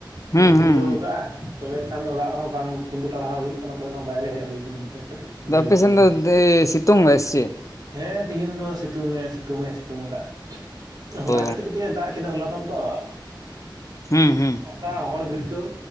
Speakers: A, on the right; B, on the left.
A: ᱜᱩᱞ
B: ᱦᱩᱸ ᱦᱩᱸ
A: ᱜᱩᱞᱟᱹᱣ ᱟᱠᱟᱜᱼᱟ᱾ ᱛᱚᱵᱮ ᱠᱷᱟᱱ ᱫᱚ ᱚᱲᱟᱜ ᱨᱮᱦᱚᱸ ᱵᱟᱝ ᱛᱤᱸᱜᱩ ᱴᱟᱲᱦᱟᱣ ᱦᱩᱭᱩᱜ ᱠᱟᱱᱟ, ᱛᱚᱵᱮ ᱠᱷᱟᱱ ᱵᱟᱭᱨᱮ ᱦᱮᱡ ᱦᱩᱭᱩᱜ ᱠᱟᱱᱟ ᱱᱚᱱᱛᱮ ᱠᱟᱹᱴᱤᱡ᱾
B: ᱟᱫᱚ
A: ᱫᱟᱨᱮ
B: ᱟᱯᱮ
A: ᱵᱩᱴᱟᱹ
B: ᱥᱮᱱ
A: ᱠᱚᱨᱮ
B: ᱫᱚ ᱥᱤᱛᱩᱝ ᱮᱫᱟᱭ ᱥᱮ ᱪᱮᱫ?
A: ᱦᱮᱸ ᱛᱤᱦᱤᱧ ᱫᱚ ᱥᱤᱛᱩᱝ ᱮ ᱥᱤᱛᱩᱝ ᱮ ᱥᱤᱛᱩᱝ ᱟᱠᱟᱜᱼᱟ᱾ ᱦᱚᱞᱟ
B: ᱚ
A: ᱠᱟᱹᱴᱤᱡ ᱠᱟᱹᱴᱤᱡ ᱮ ᱫᱟᱜ ᱠᱮᱫᱟ ᱦᱚᱞᱟ ᱫᱚ ᱚᱱᱛᱚ <inaudible>
B: ᱦᱩᱸ ᱦᱩᱸ᱾
A: ᱚᱝᱠᱟ ᱦᱚᱲ ᱵᱷᱤᱲᱠᱟᱹᱣ᱾